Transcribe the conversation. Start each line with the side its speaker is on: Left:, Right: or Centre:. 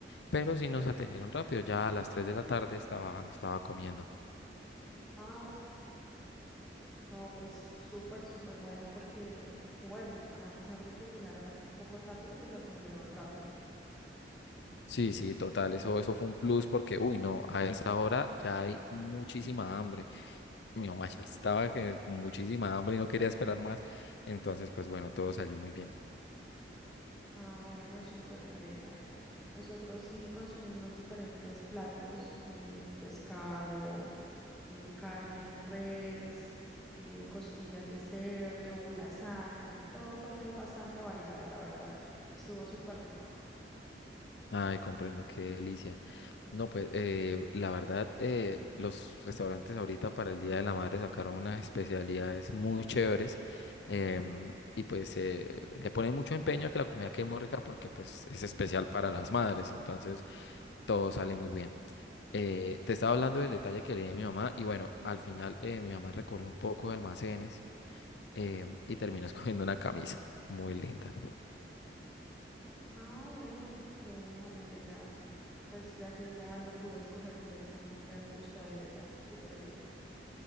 Left: pero sí nos atendieron rápido, ya a las 3 de la tarde estaba, estaba comiendo.
Centre: Ah, No, pues súper, súper bueno porque, porque bueno, a pesar de que llegaron un poco tarde, los atendieron rápido.
Left: Sí, sí, total, eso, eso fue un plus porque, uy, no, a esa hora ya hay muchísima hambre. Mi mamá <laughs> ya estaba que muchísima hambre y no quería esperar más. Entonces, pues bueno, todo salió muy bien.
Centre: Ah, bueno, súper, me alegra. Nosotros sí consumimos diferentes platos, eh, pescado, eh, carne de res, eh, costillas de cerdo, lasaña, todo fue bastante variado, la verdad. Estuvo súper rico.
Left: Ay, comprendo, qué delicia. No, pues eh, la verdad, eh, los restaurantes ahorita para el Día de la Madre sacaron unas especialidades muy chéveres em, y pues eh, le ponen mucho empeño a que la comida quede muy rica porque pues es especial para las madres, entonces todo sale muy bien. Eh, te estaba hablando del detalle que le di a mi mamá y bueno, al final eh, mi mamá recorrió un poco de almacenes eh, y terminó <laughs> escogiendo una camisa muy linda.
Centre: Ah, bueno, qué bueno, me alegra. Pues ya que ya lo pudo escoger directamente al gusto de ella, súper bien.